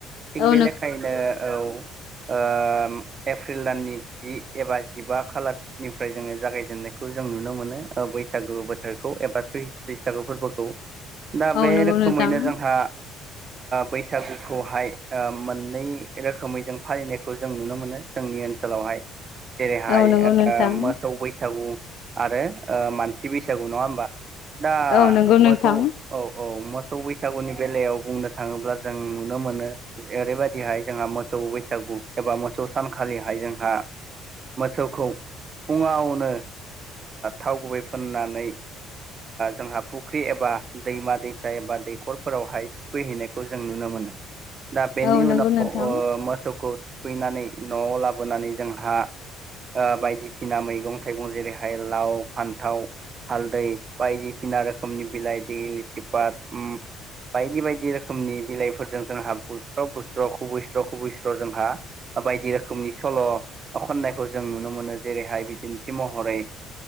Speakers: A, on the right; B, on the left.
A: थिग
B: औ
A: बे लेखायैनो औ आ एप्रिल दाननि जि एबा जिबा खालारनिफ्राय जोङो जागायजेननायखौ जों नुनो मोनो बैसागु बोथोरखौ एबा बैसागु फोरबोखौ दा बे
B: नंगौ
A: रोखोमैनो
B: नोंथां
A: जोंहा बैसागुखौहाय मोननै रोखोमै जों फालिनायखौ जों नुनो मोनो जोंनि ओनसोलावहाय जेरैहाय
B: औ नंगौ नोंथां
A: मोसौ बैसागु आरो मानसि बैसागु नङा होमबा दा
B: औ नंगौ नोंथां औ नंगौ नोंथां
A: मोसौ औ औ मोसौ बैसागुनि बेलायाव बुंनो थाङोब्ला जों नुनो मोनो ओरैबायदिहाय जोंहा मोसौ बैसागु एबा मोसौ सानखालिहाय जोंहा मोसौखौ फुङावनो थाव गुबै फुननानै जोंहा फुख्रि एबा दैमा दैसा एबा दैखरफोरावहाय थुखैहैनायखौ जों नुनो मोन मोनो दा बेनि
B: औ नंगौ
A: उनाव
B: नोंथां।
A: मोसौखौ थुखैनानै न'आव लाबोनानै जोंहा बायदिसिना मैगं थाइगं जेरैहाय लाव फान्थाव हालदै बायदिसिना रोखोमनि बिलाइ लिगलिथि फात उ बायदि बायदि रोखोमनि बिलाइफोरजों जोंहा बुस्राव बुस्र जोंहा बायदि रोखोमनि सल' खननायखौ जों नुनो मोनो जेर रैहाय बिदिन्थि महरै